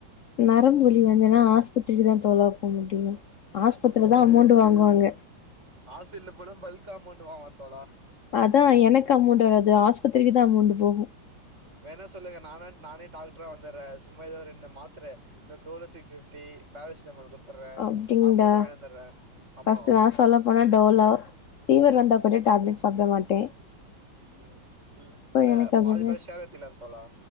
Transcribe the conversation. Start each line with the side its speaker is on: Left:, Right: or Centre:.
Left: நரம்பு வலி வந்துனா ஆஸ்பத்திரிக்கு தா தோழா போ முடியு ஆஸ்பத்திரி தா அமௌண்டு வாங்குவாங்க
Right: ஆஸ்பிட்லு போனா பல்க்கா அமௌண்ட் வாங்குவா தோழா
Left: அதா எனக்கு அமௌண்ட் வராது ஆஸ்பத்திரிக்கு தா அமௌண்டு போகு
Right: வேணா சொல்லுங்க நானா நானே டாக்ட்ரா வந்துற்றே சும்ம எதோ ஒர் ரெண்டு மாத்ர இந்த டோலோ சிக்ஸ் பிப்டி பேரசிட்டாமால் குத்துர்றே
Left: அப்டின்டா
Right: அமௌண்டு வாங்கந்துற்றே அமௌ
Left: ஃபர்ஸ்ட் நா சொல்ல போனா டோலோ ஃபீவர் வந்தா கூட டேப்லெட் சாப்ட மாட்டே
Right: ம் இல்ல
Left: சோ
Right: இல்ல
Left: எனக்கு
Right: பாதி
Left: அதுவே
Right: பாதி ஷேர் எத்துகில தோழா